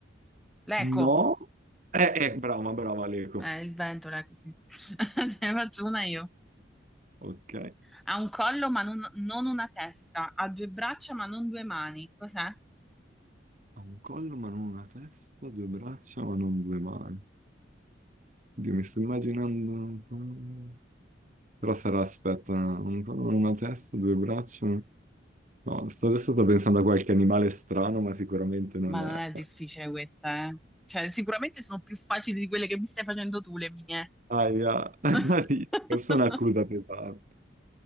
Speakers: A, in the centre; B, on the right.
A: L'eco,
B: No, No. eh, eh, brava, brava Leco.
A: eh, il vento, l'eco, sì. <laughs> Ne faccio una io.
B: Ok.
A: Ha un collo ma non, non una testa, ha due braccia ma non due mani. Cos'è?
B: Ha un collo ma non una testa, due braccia ma non due mani. Oddio, mi sto immaginando... un collo. Però sarà, aspetta, un collo, una testa, due braccia... No, sto adesso sto pensando a qualche animale strano, ma sicuramente non
A: Ma
B: è...
A: non è difficile questa, eh. Cioè, sicuramente sono più facili di quelle che mi stai facendo tu, le mie.
B: Aia, <laughs>
A: <laughs>
B: questa è un'accusa pesante.